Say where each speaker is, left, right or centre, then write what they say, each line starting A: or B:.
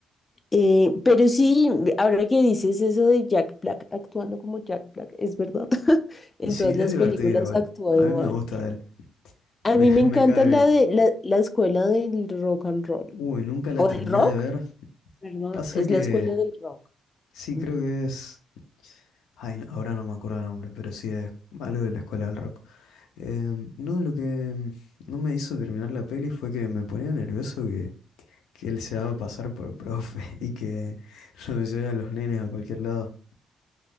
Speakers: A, on the left; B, on the left.
A: Eh, pero sí, ahora que dices eso de Jack Black actuando como Jack Black, es verdad. <laughs> En
B: Sí,
A: todas
B: es
A: las
B: divertido
A: películas
B: igual.
A: actúa
B: A
A: igual.
B: mí me gusta él,
A: A
B: me,
A: mí
B: <laughs>
A: me
B: me
A: encanta
B: cae
A: la
B: bien.
A: de la, la escuela del rock and roll.
B: Uy, nunca la
A: O
B: terminé
A: del rock,
B: de ver.
A: perdón,
B: Pasa
A: es
B: que
A: la escuela del rock.
B: sí,
A: Ujú.
B: creo que es... Ay, no- ahora no me acuerdo el nombre, pero sí es algo de la escuela del rock. Em, no, lo que em, no me hizo terminar la peli fue que me ponía nervioso que, que él se daba pasar por profe <laughs> y que lo lleva a los nenes a cualquier lado.